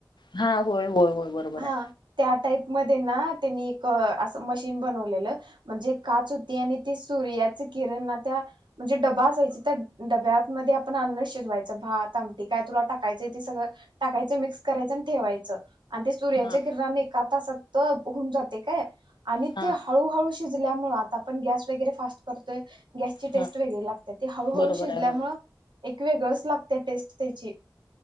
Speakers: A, on the left (about 75°); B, on the right (about 80°).
A: हा, होय होय होय बरोबर
B: हा
A: आहे.
B: त्या टाईप मध्ये ना त्यांनी एक अस मशीन बनवलेलं. म्हणजे, काच होती आणि ती सूर्याचे किरण ना त्या म्हणजे, डबा असायचे त्या डब्यामध्ये आपण अन्न शिजवायचं भात आमटी काय, तुला टाकायचं ते सगळं टाकायच मिक्स करायचं आणि ठेवायचं. आणि ते सूर्याच्या
A: हा
B: किरणाने एका तासत हुन जाते काय. आणि
A: हा
B: ते हळूहळू जल्या मुळे आता आपण गॅस वगैरे फास्ट करतोय. गॅसची टेस्ट
A: हा
B: वेगळी लागत्या ते हळूहळू
A: बरोबर
B: शिजल्यामुळ
A: आहे होय
B: एक वेगळं लागत्या टेस्ट त्याची.